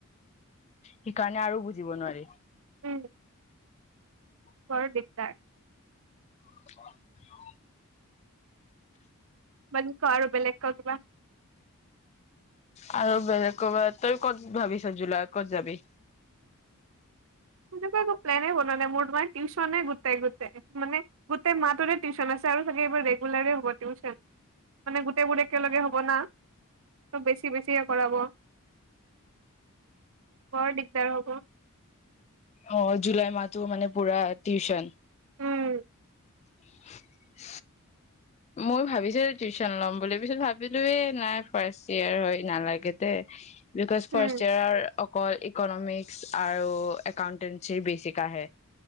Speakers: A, on the left (about 30°); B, on the right (about 60°).
A: সেইকাৰণে আৰু বুজিব নোৱাৰি।
B: উ বৰ দিগদাৰ
A: উ মই
B: বাকী ক আৰু বেলেগ ক কিবা
A: আৰু বেলেগ কব তই ক'ত ভাবি চ জুলাইত ক'ত যাবি
B: তেনেকুৱা একো প্লেনে বনোৱা নাই মোৰ তোমাৰ টিউচনে গোতাই গোতাই মানে গোটেই মাহটোৰে টিউচন আছে আৰু চাগে এইবাৰ ৰেগুলাৰে হ'ব টিউচন মানে গোটেইবোৰে একেলগে হ'ব না ত বেছি বেছিকে কৰাব বৰ দিগদাৰ হ'ব
A: অ জুলাই মাহতো মানে পুৰা টিউচন
B: উম
A: উ মইও ভাবিছিলো টিউচন ল'ম বুলি পিছত ভাবিলোৱে নাই ফাৰ্ষ্ট ইয়েৰ হয় নালাগে দে বিকউজ
B: উম
A: ফাৰ্ষ্ট ইয়েৰৰ কল ইকনমিক্স আৰু একাউন্টেঞ্চিৰ বেচিক আহে